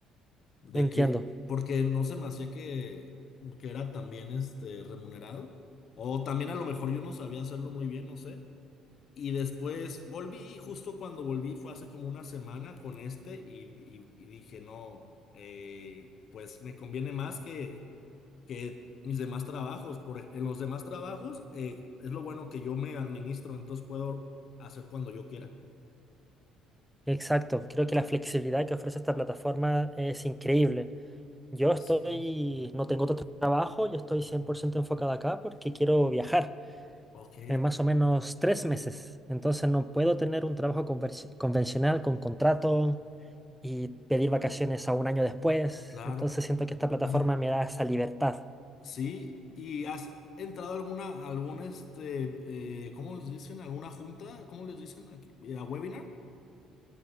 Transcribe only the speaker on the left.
De
que, porque no se me hacía que, que era también este remunerado. O también a lo mejor yo no sabía hacerlo muy bien, no sé. Y después volví, y justo cuando volví fue hace como una semana con este y, y- y dije, no, eh, pues me conviene más que, que mis demás trabajos. Por, ej- en los demás trabajos eh, es lo bueno que yo me administro, entonces puedo hacer cuando yo quiera.
Así
es.
Ok,
claro.
<laughs>
Sí, ¿y has entrado a alguna, algún, este, eh, ¿cómo les dicen? ¿Alguna junta? ¿Cómo les dicen aquí? Eh, ¿A webinar?